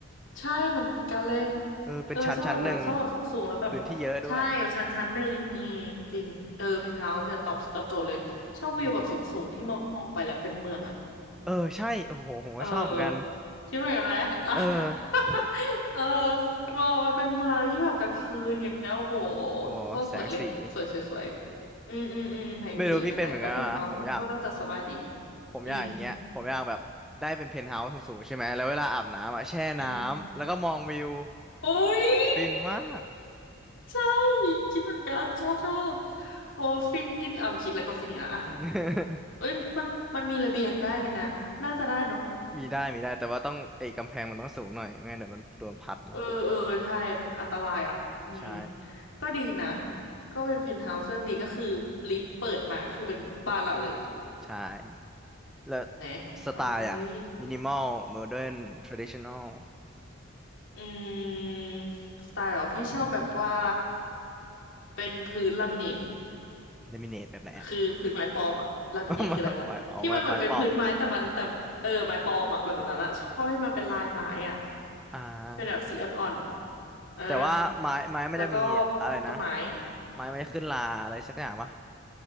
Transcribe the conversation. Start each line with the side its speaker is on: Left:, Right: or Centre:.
Left: ใช่เหมือนกันเลย
Centre: เออเป็นชั้นชั้นหนึ่ง
Left: เออชอบแบบนั้นชอบแบบสูงสูงแล้วแบบ
Centre: พื้นที่เยอะด้วย
Left: ใช่มันชั้นชั้นหนึ่งอืมจริงเออเพนท์เฮาส์จะตอบตอบโจทย์เลยชอบวิวแบบสูงสูงที่มองออกไปแล้วเป็นเมืองอ่ะ
Centre: อืมเออใช่โอ้โหผมก็ชอบเหมือนกัน
Left: เออคิดเหมือนกันไหมอ่ะ
Centre: เอ
Left: <laughs>
Centre: อ
Left: เออมองไปเป็นเมืองแล้วยิ่งแบบกลางคืนเงี้ยโอ้โห
Centre: โอ้โหแสงสี
Left: โคตรสวยเลยสวยสวยสวยอืมอืมอืมแสงสีนั่นแหละแล้วเพนท์เฮาส์มันก็น่าจะสบายดี
Centre: ไม่รู้พี่เป็นเหมือนกันอ่ะผมอยากผมอยากอย่างเงี้ยผมอยากแบบได้เป็นเพนท์เฮาส์สูงๆใช่ไหมแล้วเวลาอาบน้ำอ่ะแช่น้ำแล้วก็มองวิว
Left: อืมอืม โอ้ย <laughs>
Centre: ฟินมาก
Left: ใช่ คิดเหมือนกันชอบชอบโอ้ฟินเอาคิดแล้วก็ฟินอีกแล้วอะ
Centre: อืม
Left: เอ้ยมันมันมีระเบียงได้ไหมนะ น่าจะได้เนาะ
Centre: <laughs> มีได้มีได้แต่ว่าต้องไอ้กำแพงมันต้องสูงหน่อยไม่งั้นเดี๋ยวมันโดนพัดเนาะ
Left: เออเออใช่มันอันตรายอ่ะอืม
Centre: ใช่
Left: ก็ดีนะ ก็เป็นเพนท์เฮาส์เรื่อดีก็คือลิฟต์เปิดมาก็คือเป็นบ้านเราเลย
Centre: ใช่แล้ว
Left: นะโอ้ย
Centre: สไตล์อ่ะมินิมอลโมเดิร์นทรดิชันนอล
Left: อืมสไตล์เหรอพี่ชอบแบบว่า เป็นพื้นลามิเนต
Centre: เลมิเนตแบบไหน
Left: คือพื้นไม้ปลอมอะลามิเนตคืออะไรวะที่มันเหมือนเป็นพื้นไม้แต่มันแต่เออไม้ปลอมอะแบบนั้นอะชอบให้มันเป็นลายไม้อะ
Centre: <laughs> ก็ไม้ไม้อ๋อไม้ไม้ปลอมอ่า
Left: เป็นแบบสีอ่อนๆอ่า
Centre: แต่ว่าไม้ไม้มันจะมีอะไรนะ
Left: แล้วก็ปลูกต้นไม้
Centre: ไม้มันจะขึ้นราอะไรสักอย่างปะ